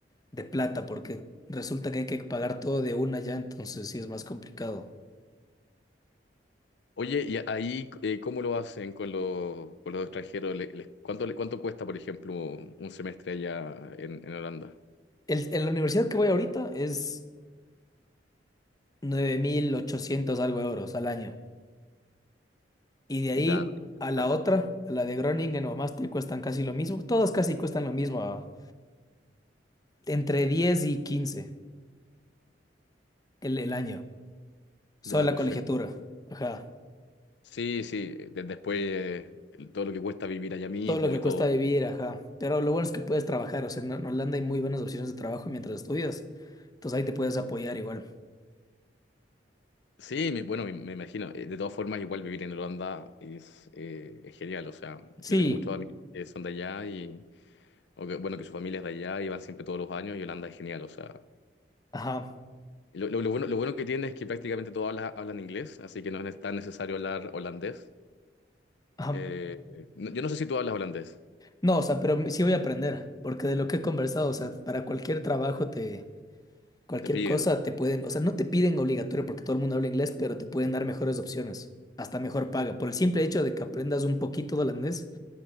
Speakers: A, on the left; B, on the left.
A: de plata, porque resulta que hay que pagar todo de una ya, entonces sí es más complicado.
B: Oye, ¿y ahí eh, cómo lo hacen con los, con los extranjeros? ¿Le- les- cuánto, le- cuánto cuesta, por ejemplo, un semestre allá en, en Holanda?
A: El, en la universidad que voy ahorita es 9.800 algo euros al año. Y de ahí
B: Da,
A: a la
B: da,
A: otra, a la de Groningen o Maastricht, cuestan casi lo mismo. Todas casi cuestan lo mismo, a- entre 10 y 15 el, el año. Solo
B: Da,
A: la
B: perfecto.
A: colegiatura. Ajá.
B: Sí, sí, de- después eh, todo lo que cuesta vivir allá mismo
A: Todo lo que
B: y
A: cuesta
B: todo.
A: vivir, ajá. Pero lo bueno es que puedes trabajar, o sea, en en Holanda hay muy buenas opciones de trabajo mientras estudias. Entonces ahí te puedes apoyar igual.
B: Sí, me- bueno, me, me imagino. Eh, De todas formas, igual vivir en Holanda es, eh, es genial. O sea,
A: Sí,
B: yo tengo muchos amigos que son de allá y, o que- bueno, que su familia es de allá y van siempre todos los años y Holanda es genial. O sea,
A: ajá,
B: lo, lo- lo bueno, lo bueno que tiene es que prácticamente todos habla- hablan, inglés, así que no es tan necesario hablar holandés.
A: ajá.
B: Eh, no- yo no sé si tú hablas holandés,
A: No, o sea, pero sí voy a aprender, porque de lo que he conversado, o sea, para cualquier trabajo te, cualquier
B: te piden.
A: cosa te pueden, o sea, no te piden obligatorio porque todo el mundo habla inglés, pero te pueden dar mejores opciones, hasta mejor paga. Por el simple hecho de que aprendas un poquito de holandés,